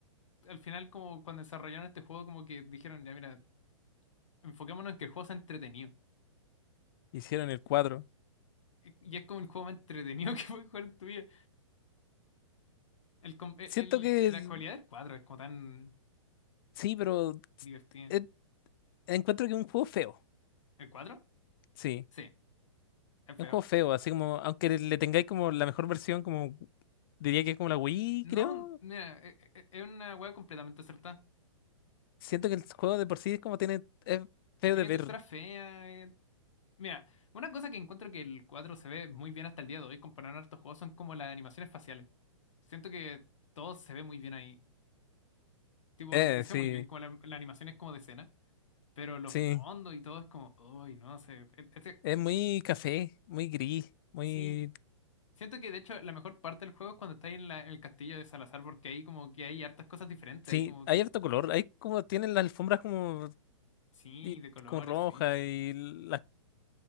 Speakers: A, on the left; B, on the left.
A: al final como cuando desarrollaron este juego como que dijeron, ya mira, enfoquémonos en que el juego sea entretenido.
B: hicieron el 4.
A: Y y es como el juego más entretenido <laughs> que puedes jugar en tu vida. El, com- el-
B: Siento
A: el-
B: que
A: la
B: el-
A: cualidad del cuadro es como tan
B: sí, pero
A: divertida.
B: eh, encuentro que es un juego feo.
A: ¿El cuadro?
B: Sí,
A: Sí, es
B: es
A: feo.
B: un juego feo, así como, aunque le le tengáis como la mejor versión, como diría que es como la Wii,
A: No,
B: creo.
A: mira, e- e- e, es, una wea completamente acertada.
B: Siento que el juego de por sí es como tiene, es feo
A: Tiene
B: de ver.
A: textura fea. eh. Mira, una cosa que encuentro que el cuadro se ve muy bien hasta el día de hoy comparado a hartos juegos son como las animaciones faciales. Siento que todo se ve muy bien ahí. Tipo,
B: Eh,
A: envejeció
B: sí,
A: muy bien como la, la animación es como de escena. Pero los
B: sí.
A: fondos y todo es como, uy, no sé. e- este-
B: Es muy café, muy gris, muy...
A: sí. Siento que de hecho la mejor parte del juego es cuando estáis en, la- en el castillo de Salazar, porque ahí como que hay hartas cosas diferentes,
B: Sí,
A: hay como,
B: hay harto color. Hay como, tienen las alfombras como
A: sí,
B: y
A: de colores,
B: con roja
A: sí,
B: y la,